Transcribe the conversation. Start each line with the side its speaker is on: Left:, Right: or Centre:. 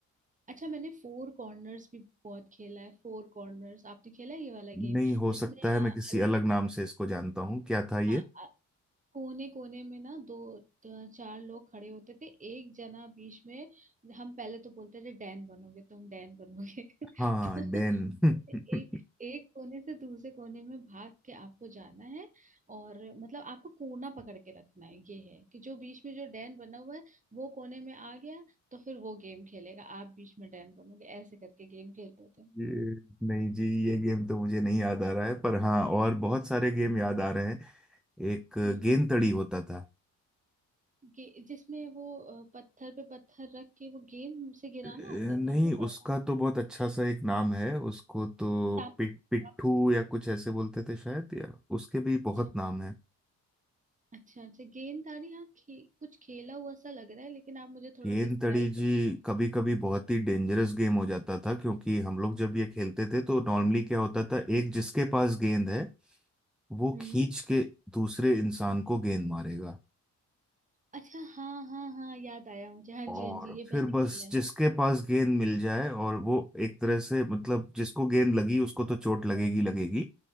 Right: अच्छा मैंने फोर कॉर्नर्स भी बहुत खेला है फोर कॉर्नर्स आपने खेला है ये वाला गेम
Centre: नहीं हो
Right: जिसमें
Centre: सकता
Right: अ,
Centre: है मैं किसी
Right: अलग
Centre: अलग नाम से इसको जानता हूँ क्या था
Right: हाँ आ- कोने कोने में ना दो द- चार लोग खड़े होते थे एक जना बीच में हम पहले तो बोलते थे डैन बनोगे तुम डैन बनोगे
Centre: हाँ
Right: <laughs> तो
Centre: डेन <laughs>
Right: एक एक कोने से दूसरे कोने में भाग के आपको जाना है और मतलब आपको कोना पकड़ के रखना है ये है कि जो बीच में जो डैन बना हुआ है वो कोने में आ गया तो फिर वो गेम खेलेगा आप बीच में डैन बनोगे ऐसे करके गेम खेलते थे
Centre: ये नहीं जी ये गेम तो मुझे नहीं याद आ रहा है पर हाँ और बहुत सारे गेम याद आ रहे हैं एक
Right: हम्म
Centre: गेंद तड़ी होता था
Right: गे- जिसमें वो अ, पत्थर पे पत्थर रख के वो गेंद से गिराना
Centre: अ,
Right: होता
Centre: नहीं
Right: था वो वाला
Centre: उसका तो बहुत अच्छा सा एक नाम है उसको तो
Right: टाप
Centre: पिट पिट्ठू
Right: टाप
Centre: या कुछ ऐसे बोलते थे शायद या उसके भी बहुत
Right: अच्छा
Centre: नाम है
Right: अच्छा अच्छा गेंददारी हाँ खे, कुछ खेला हुआ सा लग रहा है लेकिन आप मुझे थोड़ा
Centre: गेंद
Right: डिस्क्राइब
Centre: तड़ी जी
Right: करो
Centre: कभी कभी बहुत ही डेंजरस गेम हो जाता था क्योंकि हम लोग जब ये खेलते थे तो नॉर्मली क्या होता था एक जिसके पास गेंद है वो
Right: हम्म
Centre: खींच के दूसरे इंसान को गेंद मारेगा
Right: अच्छा हाँ हाँ हाँ याद आया मुझे हाँ जी
Centre: और
Right: हाँ जी ये
Centre: फिर
Right: मैंने
Centre: बस
Right: खेला है
Centre: जिसके पास गेंद मिल जाए और वो एक तरह से मतलब जिसको गेंद लगी उसको तो चोट लगेगी लगेगी